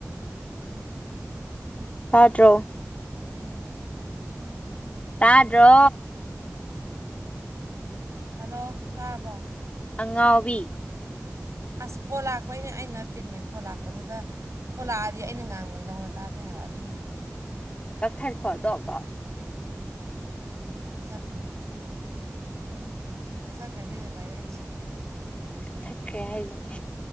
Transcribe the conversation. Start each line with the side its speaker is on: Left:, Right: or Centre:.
Left: ꯁꯥꯥꯗ꯭ꯔꯣ
Right: ꯄꯂꯕ꯭ꯔ
Left: ꯇꯥꯗꯣ
Right: ꯍꯜꯂꯣ ꯇꯥꯔꯕꯣ
Left: ꯑꯉꯥꯎꯕꯤ
Right: ꯑꯁ ꯐꯣꯟ ꯂꯥꯛꯄꯩꯅꯦ ꯑꯩꯅ ꯇꯤꯝꯃꯤ ꯐꯣꯟ ꯂꯥꯛꯄꯗꯨꯗ ꯐꯣꯟ ꯂꯥꯛꯑꯗꯤ ꯑꯩꯅ ꯉꯥꯡꯕꯩꯗꯧꯅ ꯇꯥꯗꯦ ꯍꯥꯏ ꯑꯗꯨꯕꯣ
Left: ꯀꯛꯊꯔꯤꯈꯣꯗꯣꯀꯣ
Right: ꯀꯁ ꯈꯔ ꯄꯛꯊꯈ꯭ꯔꯗꯅꯦ ꯄꯥꯏꯔꯛꯏꯁꯦ
Left: ꯊꯠꯈ꯭ꯔꯦ ꯍꯥꯏꯗꯨꯅꯦ